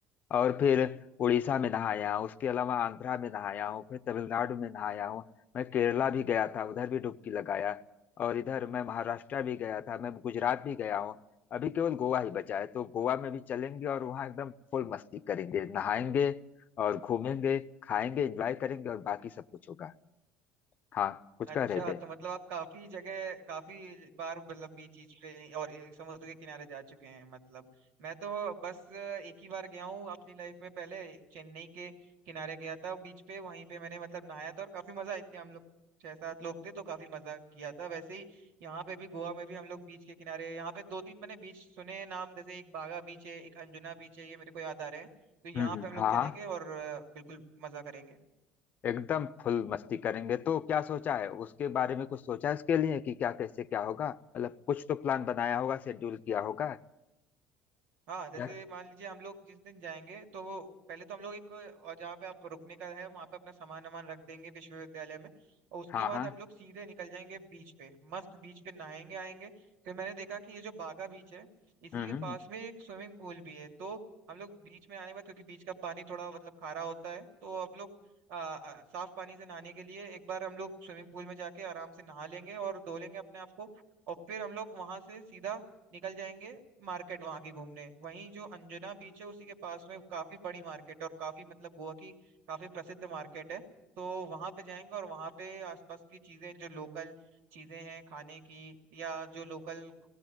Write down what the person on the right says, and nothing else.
अच्छा
तो मतलब आप काफी जगह काफी बार मतलब बीच चीज पे और ये समुद्र के किनारे जा चुके हैं मतलब मैं तो बस एक ही बार गया हूँ अपनी लाइफ में पहले चेन्नई के किनारे गया था बीच पे वहीं पे मैंने मतलब नहाया था और काफी मजा आई थी हम लोग छह सात लोग थे तो काफी मजा किया था वैसे ही यहाँ पे भी गोवा में भी हम लोग बीच के किनारे यहाँ पे दो तीन मैंने बीच सुने हैं नाम जैसे एक बागा बीच है एक अंजुना बीच है ये मेरे को याद आ रहे हैं तो यहाँ
पे
हम लोग
चलेंगे और अ, बिल्कुल मजा करेंगे
हाँ जैसे
मान लीजिए हम लोग जिस दिन जाएंगे तो वो पहले तो हम लोग एक और जहाँ पे आप रुकने का है वहाँ पे अपना सामान वामान रख देंगे विश्वविद्यालय में और उसके
बाद
हम लोग सीधे निकल जाएंगे बीच पे मस्त बीच पे नहाएंगे आएंगे फिर मैंने देखा कि ये जो बागा बीच है इसी
के पास
में एक स्विमिंग पूल भी है तो हम लोग बीच में आने के बाद क्योंकि बीच का पानी थोड़ा मतलब खारा होता है तो हम लोग आ, आ, साफ पानी से नहाने के लिए एक बार हम लोग स्विमिंग पूल में जाके आराम से नहा लेंगे और धो लेंगे अपने आप को और फिर हम लोग वहां से सीधा निकल जाएंगे मार्केट वहां की घूमने वहीं जो अंजुना बीच है उसी के पास में काफी बड़ी मार्केट है और काफी मतलब गोवा की काफी प्रसिद्ध मार्केट है तो वहां पे जाएंगे और वहां पे आसपास की चीजें जो लोकल चीजें हैं खाने की या जो लोकल